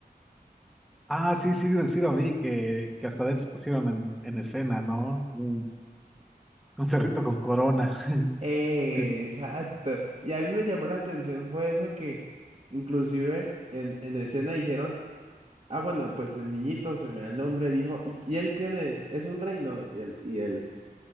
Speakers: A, in the centre; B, on the right.
A: Ah, sí, sí, sí lo vi, que, que hasta de hecho pusieron en, en escena, ¿no? Un, un cerrito con corona.
B: Eh,
A: Sí, s-
B: exacto. Y a mí me llamó la atención fue eso que inclusive en, en escena dijeron, ah, bueno, pues el niñito se me da el nombre, dijo, ¿y, y él quién es? Es un reino. Y él, y él,